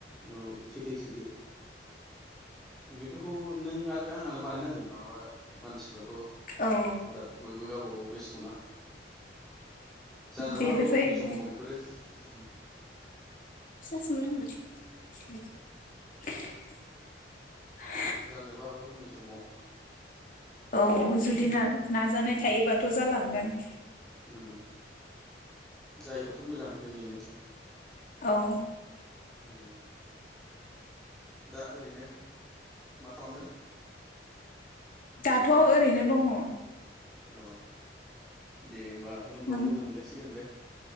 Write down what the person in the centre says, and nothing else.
औ सैथो सैथो बेफोरखौ नों आरो आङानो बानायनांगोन नङाबा मानसिफ्राथ'
दा बयबो गावब गाव बेस्थ'ना जानोबो
हागौ
उननि समाव बेफोरो उम
जानोबो हागौ उननि समाव।
उम जायोबाथ मोजां जोंनिनो।
उम दा ओरैनो मा खालामदों?
अ दे बा उनफ्राव
लोगो मोनलायसिगोन बे।